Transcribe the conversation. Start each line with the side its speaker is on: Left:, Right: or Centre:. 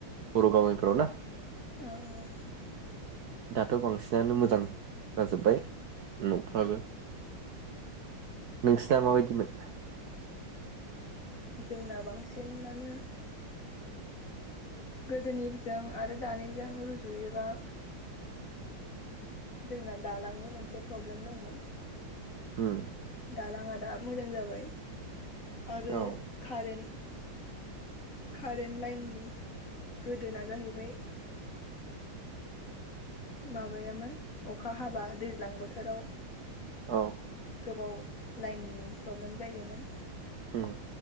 Right: बर' गामिफोराव ना
Left: औ औ
Right: दाथ बांसिनानो मोजां जाजोब्बाय न'फ्राबो नोंसिना माबायदिमोन
Left: जोंना बांसिनानो गोदोनिजों आरो दानिजों रुजुयोबा जोंना दालांनि मोनसे प्रब्लेम दंमोन।
Right: उम
Left: दालाङा दा मोजां जाबाय। आरो
Right: औ
Left: खारेन्ट कारेन्ट लाइननि गोदोना जाहैबाय माबायामोन अखा हाबा दैज्लां बोथोराव
Right: औ
Left: गोबाव लाइननि प्रब्लेम जायोमोन
Right: उम